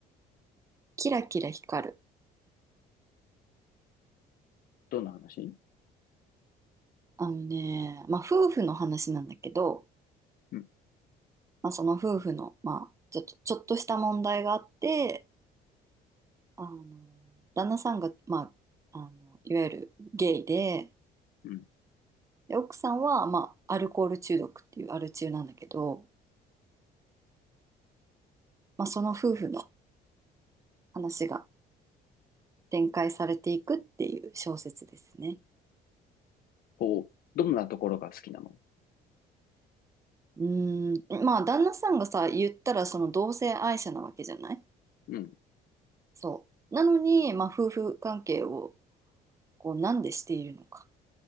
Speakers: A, on the right; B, on the left.
A: キラキラ光る。
B: どんな話
A: あのね、まあ夫婦の話なんだけど、
B: うん、
A: まあその夫婦の、まあちょっと、ちょっとした問題があって、あの、旦那さんが、まあ、あの、いわゆるゲイで、
B: うん。
A: で、奥さんは、まあアルコール中毒っていうアル中なんだけど、まあその夫婦の話が展開されていくっていう小説ですね。
B: こう、どんなところが好きなの
A: うーん、まあ旦那さんがさ、言ったらその同性愛者なわけじゃない
B: うん、
A: そう。なのに、まあ、夫婦関係をこうなんでしているのか